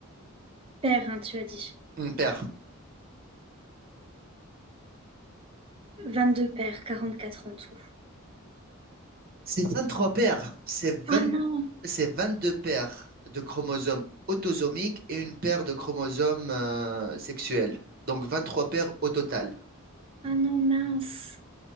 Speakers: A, on the right; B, on the right.
A: Paire, hein, tu as dit.
B: Une paire.
A: 22 paires, 44 en tout.
B: C'est 23 paires. C'est vingt,
A: Ah non.
B: c'est 22 paires de chromosomes autosomiques et une paire de chromosomes euh, sexuels. Donc 23 paires au total.
A: Ah non, mince.